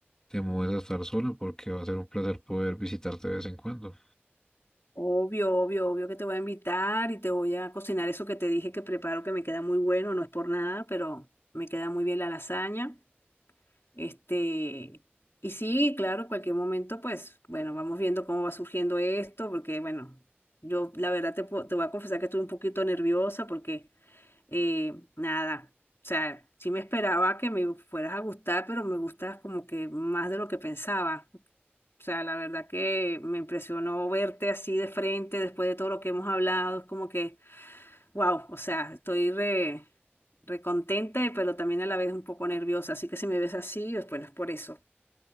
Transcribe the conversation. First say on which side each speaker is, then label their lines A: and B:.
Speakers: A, on the left; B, on the left.
A: te mudes a estar sola porque va a ser un placer poder visitarte de vez en cuando.
B: Obvio, obvio, obvio que te voy a invitar y te voy a cocinar eso que te dije que preparo, que me queda muy bueno, no es por nada, pero me queda muy bien la lasaña. Este, y sí, claro, cualquier momento, pues, bueno, vamos viendo cómo va surgiendo esto, porque, bueno, yo la verdad te, puedo- te voy a confesar que estuve un poquito nerviosa porque, eh, nada, o sea, sí me esperaba que me fueras a gustar, pero me gustas como que más de lo que pensaba. O sea, la verdad que me impresionó verte así de frente después de todo lo que hemos hablado, es como que, wow, o sea, estoy re, recontenta, pero también a la vez un poco nerviosa, así que si me ves así, pues bueno, es por eso.